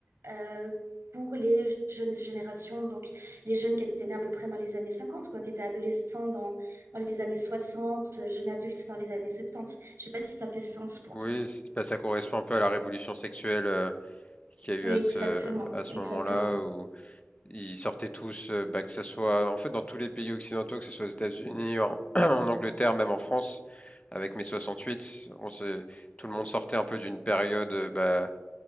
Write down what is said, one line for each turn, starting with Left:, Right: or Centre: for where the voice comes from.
Right: euh, pour les jeunes générations, donc les jeunes qui étaient nés à peu près dans les années 50 quoi, qui étaient adolescents dans, dans les années 60 euh, jeunes adultes dans les années 70. Je sais pas si ça fait sens pour
Left: Oui,
Right: toi.
Left: c'est- ben, ça correspond un peu à la révolution sexuelle euh, qu'il y a eu
Right: Exactement,
Left: à ce, à ce
Right: exactement.
Left: moment-là où Ils sortaient tous, euh, bah, que ce soit en fait dans tous les pays occidentaux, que ce soit aux États-Unis, en, <clears throat> en Angleterre, même en France, avec mai 68, on s'est- tout le monde sortait un peu d'une période, euh, bah,